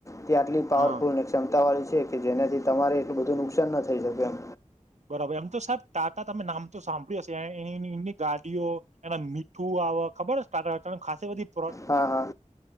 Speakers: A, on the left (about 25°); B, on the right (about 65°).
A: તે આટલી પાવરફુલ
B: હા
A: અને ક્ષમતા વાળી છે કે જેનાથી તમારે એટલું બધું નુકસાન ના થઈ શકે એમ.
B: બરાબર એમ તો સાહેબ ટાટા તમે નામ તો સાંભળ્યું હશે આ એની એની ગાડીઓ એના મીઠું અવ ખબર હ સ્ટાટ અકણ ખાસી બધી પણ
A: હા હા